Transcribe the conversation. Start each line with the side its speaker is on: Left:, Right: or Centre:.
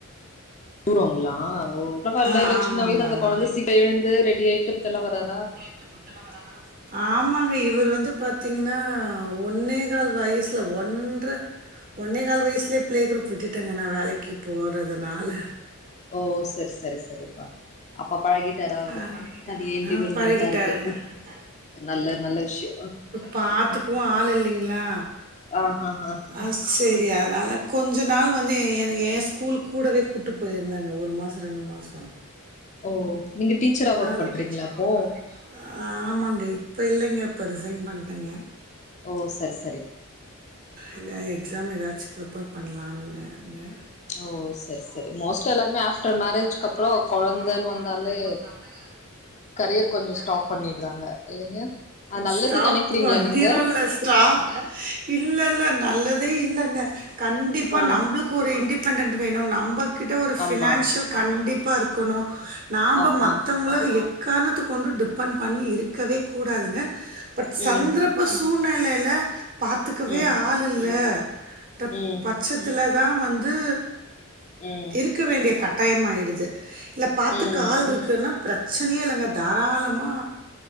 Left: தூரங்ளா ஓ பரவால்ல
Right: ஆ
Left: இவ்ளோ
Right: ஆமாங்க
Left: சின்ன வயசுல அந்த
Right: ஆமாங்க
Left: கொழந்த சீக்கிர எழுந்து ரெடி ஆயிட்டு பத்தெல்லா வராறா
Right: <unintelligible> வராறா ஆமாங்க இவரு வந்து பாத்தீங்னா ஒன்னே கால் வயசுல ஒன்ற ஒன்னே கால் வயசுலே பிளே குரூப் விட்டுட்டேங்க நா வேலைக்கு போறதுனால
Left: ஓ செரி செரி செரிப்பா அப்ப பழகிட் டாரு அவரு
Right: அ ஆமா பழகிட்டாரா?
Left: தனியா இண்டிபெண்டன்ட்டா
Right: ஆ அது பெரிய பழகிட்டாருங்க.
Left: இருக்க ம்
Right: டிஃப்ரென்ஸ்
Left: நல்ல நல்ல விஷ்ய
Right: பாத்துக்கவு ஆள் இல்லைங்ளா
Left: ஆ ஹ ஹ
Right: ஆ சேரி அதனால கொஞ்ச நாள் வந்து எனக்கு எ ஸ்கூலுக்கு கூடவே கூட்டு போயிருந்தேங்க ஒரு மாச ரெண்டு மாச
Left: ஓ நீங்க டீச்சரா ஒர்க்
Right: அதுக்கு
Left: பண்றீங்ளா
Right: டீச்சரா
Left: அப்போ
Right: வொர்க் பண்றீங்களா? ஆமாங்க இப்ப இல்லைங்க இப்ப ரிசைன் பண்ட்டேங்க
Left: ஓ சரி சர்
Right: அதா எக்ஸாம் எதாச்சு பிரிப்பேர் பண்ணலான்னுங்க
Left: ஓ சரி
Right: ஓ
Left: சரி
Right: செரி
Left: மோஸ்ட்டா
Right: செரி
Left: எல்லாருமே
Right: மோஸ்ட்டா
Left: ஆஃப்டர்
Right: எல்லாருமே
Left: மேரேஜ்க்கு
Right: ஆஃப்டர்
Left: அப்றோ
Right: மேரேஜ்க்கு
Left: கொழந்தன்னு
Right: அப்றோ கொழந்தன்
Left: வந்தாலே
Right: வந்தாலே
Left: கரியர் கொஞ்சோ
Right: அ
Left: ஸ்டாப் பண்ணிடுறாங்க இல்லைங்க அ நல்லது
Right: ஸ்டாப்
Left: நெனைக்கிறீங்களா
Right: பண்ணிருல்ல
Left: நீங்க
Right: ட்றா இல்ல இல்ல நல்லதே இல்லங்க கண்டிப்பா
Left: ஆ
Right: நம்பளுக் கு ஒரு இண்டிபெண்டன்ட் வேணு நம்பகிட்ட ஒரு ஃபினான்ஷியல்
Left: ஆமா
Right: கண்டிப்பா இருக்கணு நாம்ப
Left: ஆமா
Right: மத்தவ்ங்கள எக்காரணத்த கொண்டு டிபெண்ட் பண்ணி இருக்கவே கூடாதுங்க பட்
Left: ம்
Right: சந்திரப்ப சூழ்நிலைல பாத்துக்கவே
Left: ம்
Right: ஆள் இல்ல ன்ற
Left: ம்
Right: பச்சத்துல தா வந்து
Left: ம்
Right: இருக்க வேண்டிய கட்டாயம் ஆயிடுது இல்ல பாத்துக்கு
Left: ம்
Right: ஆள் இருக்குனா பிரச் ச்சனைய இல்லங்க தாராளமா